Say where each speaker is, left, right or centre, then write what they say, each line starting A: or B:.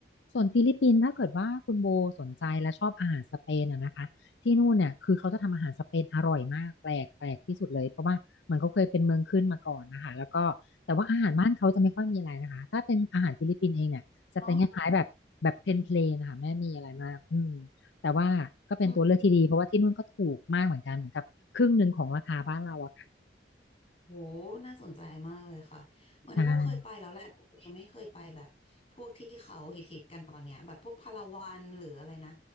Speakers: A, on the left (about 80°); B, on the left (about 30°).
A: ส่วนฟิลิปปินส์ถ้าเกิดว่าคุณโบสนใจและชอบอาหารสเปนอะนะคะที่นู่นเนี่ยคือเขาจะทำอาหารสเปนอร่อยมากแปลกแปลกที่สุดเลยเพราะว่ามันเขาเคยเป็นเมืองขึ้นมาก่อนนะคะแล้วก็แต่ว่าอาหารบ้านเขาจะไม่ค่อยมีอะไรนะคะถ้าเป็นอาหารฟิลิปปินส์เองเนี่ยจะเป็นคล้ายๆแบบแบบเพลนเพลนนะคะไม่มีอะไรมากอืม
B: เนาะ
A: แต่ว่าก็เป็นตัวเลือกที่ดีเพราะว่าที่นู่นก็ถูกมากเหมือนกันเหมือนกับครึ่งหนึ่งของราคาบ้านเราอะค่ะ
B: อืม โหน่าสนใจมากเลยค่ะ เหมือนโบเคยไปแล้วแหละแต่โบยังไม่เคยไปแบบพวกที่เขาฮิตๆกันตอนเนี้ยแบบพวกพาราวันหรืออะไรนะ
A: ใช่